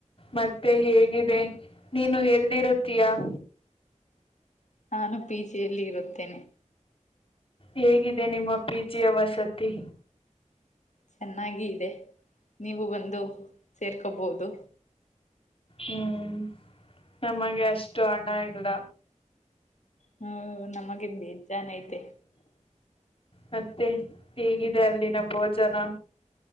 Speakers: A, on the left; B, on the left.
A: ಮತ್ತೆ ಹೇಗಿದೆ ನೀನು ಎಲ್ಲಿ ಇರುತ್ತೀಯ <inaudible>
B: ನಾನು ಪಿ ಜಿಯಲ್ಲಿ ಇರುತ್ತೇನೆ
A: ಹೇಗಿದೆ ನಿಮ್ಮ ಪ್ರೀತಿಯ ವಸತಿ
B: ಚೆನ್ನಾಗಿ ಇದೆ ನೀವು ಬಂದು ಸೇರ್ಕೋಬಹುದು
A: ಹ್ಮ್ ನಮಗೆ ಅಷ್ಟು ಹಣ ಇಲ್ಲ
B: ಹ್ಮ ನಮಗೆ ಬೇಜಾನ್ ಐತೆ
A: ಮತ್ತೆ ಹೇಗಿದೆ ಅಲ್ಲಿನ ಭೋಜನ